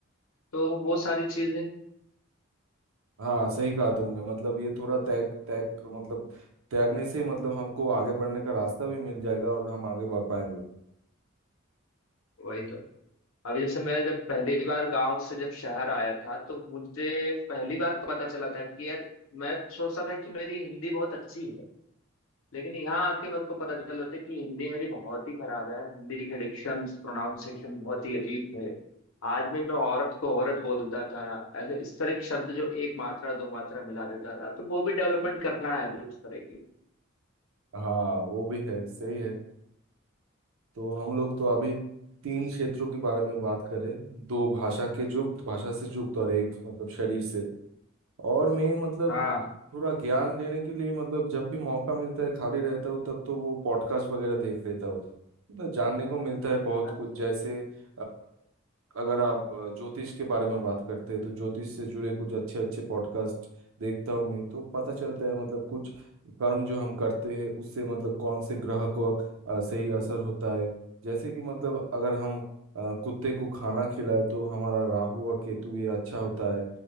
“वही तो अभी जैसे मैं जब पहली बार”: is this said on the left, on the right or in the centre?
Left